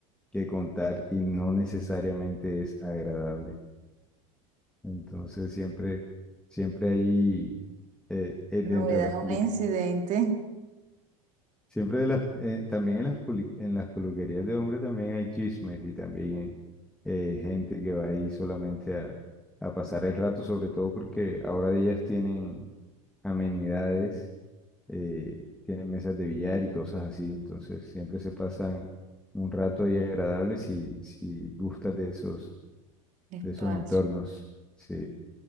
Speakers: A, in the centre; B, on the right.
A: que contar y no necesariamente es agradable. Entonces siempre, siempre hay eh, eh,
B: Novedad,
A: dentro de las public-
B: un incidente.
A: siempre de las eh, también en las public- en las peluquerías de hombre también hay chismes y también eh, gente que va ahí solamente a, a pasar el rato, sobre todo porque ahora ellas tienen amenidades, eh, tienen mesas de billar y cosas así, entonces siempre se pasan un rato ahí agradable si, si gustas de esos
B: Espacios.
A: de esos entornos. Sí,